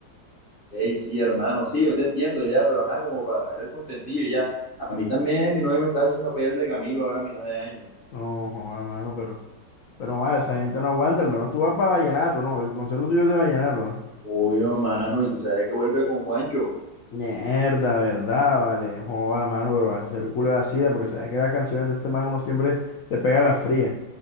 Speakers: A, on the left; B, on the left.
A: Ey, sí, hermano, sí, yo te entiendo ya, pero ajá, como para dar el contentillo y ya. A mí también, mi novia me está diciendo para ir al de Camilo ahora a mitad de año.
B: No, joda, mano, pero. Pero vaya, esa gente no aguanta, al menos tú vas para Vallenato, ¿no? El concierto tuyo es de Vallenato, ¿ah?
A: Obvio, mano, y tú sabes que vuelve con Juancho.
B: Mierda, ¿verdad? Vale, joda, mano, pero va a ser culo de asida, porque sabes que las canciones de ese man uno siempre se pega las frías.